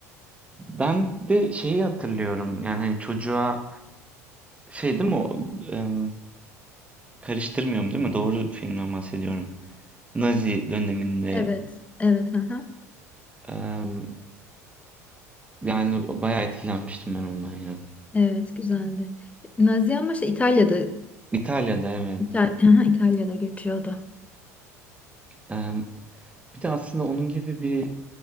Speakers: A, on the right; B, on the left.
A: ben de şeyi hatırlıyorum. Yani hani çocuğa şey değil mi o e, karıştırmıyorum değil mi? Doğru filmden bahsediyorum. Nazi döneminde
B: Evet, evet, aha.
A: e, yani bayağı etkilenmiştim ben ondan ya.
B: Evet, güzeldi. Nazi ama şey, İtalya'da
A: İtalya'da evet.
B: İtal aha, İtalya'da geçiyordu.
A: E, bir de aslında onun gibi bir